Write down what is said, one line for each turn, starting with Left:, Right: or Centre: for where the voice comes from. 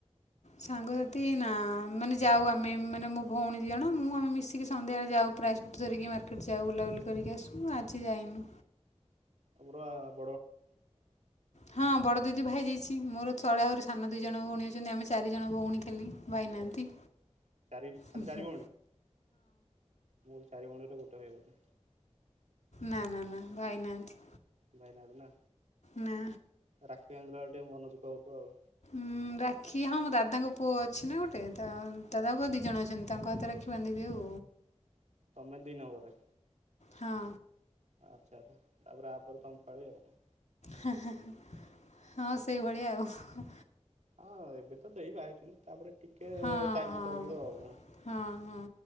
Left: ସାଙ୍ଗସାଥି ନା ମାନେ ଯାଉ ଆମେ ମାନେ ମୋ ଭଉଣୀ ଦୁଇଜଣ ମୁଁ ଆମେ ମିଶିକି ସନ୍ଧ୍ୟାବେଳେ ଯାଉ ପ୍ରାୟ ସ୍କୁଟି ଧରିକି ମାର୍କେଟ ଯାଉ ବୁଲାବୁଲି କରିକି ଆସୁ ଆଜି ଯାଇନୁ।
Right: ତମର ଆ
Left: ହଁ ବଡ ଦିଦି ଭାଇ ଯାଇ ଅଛି ମୋର ତଳେ ଆହୁରୁ ସାନ ଦୁଇଜଣ ଭଉଣୀ ଅଛନ୍ତି ଆମେ ଚାରିଜଣ ଭଉଣୀ ଖାଲି।
Right: କଣ?
Left: ଭାଇନାହାନ୍ତି
Right: ଚାରି ଖାଲି
Left: ହଁ
Right: ଚାରି ଭଉଣୀ ମୁଁ ଚାରି ଭଉଣୀରେ ଗୋଟେ ଭାଇ ବୋଧେ
Left: ନା ନା ନା ଭାଇ ନାହାନ୍ତି।
Right: ଭାଇ ନାହାନ୍ତି ନା
Left: ନା।
Right: ରାକ୍ଷୀ ବାନ୍ଧିଲା ବଳେ ଟିକେ ମନ ଦୁଃଖ ହଉଥିବ ଆଉ।
Left: ଉଁ ରାକ୍ଷୀ ହଁ ମୋ ଦାଦାଙ୍କ ପୁଅ ଅଛି ନା ଗୋଟେ ଦା ଦାଦାଙ୍କ
Right: ଆ ହା
Left: ପୁଅ ଦି ଜଣ ଅଛନ୍ତି। ତାଙ୍କ ହାତରେ ରାଖି ବାନ୍ଧିଦେଉ
Right: ତମେ ଦି ନମ୍ବର ରେ।
Left: ହଁ।
Right: ଆଚ୍ଛା ଆଛା ତାପରେ ଆପରେ ତମ ପଳି ଆଉ।
Left: ହେ ହେ ହଁ ସେଇଭଳିଆ ଆଉ ଅ‌ହା
Right: ଅ ଏବେ ତ ଦେଇ ବାହା ହେଇଛନ୍ତି ତାପରେ ଟିକେ
Left: ହଁ
Right: ଟାଇମ୍
Left: ହଁ
Right: ଲାଗିବ ଆଉ।
Left: ହଁ ହଁ